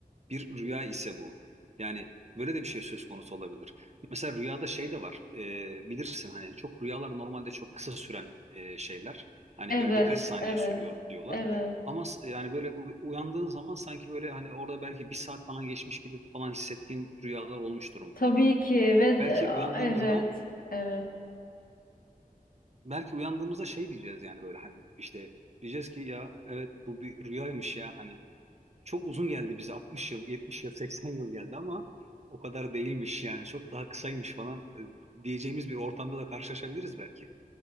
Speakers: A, on the right; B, on the left.
A: bir rüya ise bu. Yani böyle de bir şey söz konusu olabilir. Mesela rüyada şey de var. e, bilirsin hani çok rüyalar normalde çok kısa süren e, şeyler. Hani
B: Evet,
A: böyle birkaç saniye
B: evet,
A: sürüyor diyorlar.
B: evet.
A: Ama s- yani böyle u- uyandığın zaman sanki böyle hani orada belki bir saat falan geçmiş gibi falan hissettiğin rüyalar olmuştur muhtemelen.
B: Tabii ki ve
A: Belki uyandığımızda
B: evet, evet.
A: belki uyandığımızda şey diyeceğiz yani böyle hani işte diyeceğiz ki ya evet bu bir rüyaymış ya hani çok uzun geldi bize 60 yıl, 70 yıl, 80 yıl geldi ama o kadar değilmiş yani çok daha kısaymış falan e, diyeceğimiz bir ortamda da karşılaşabiliriz belki.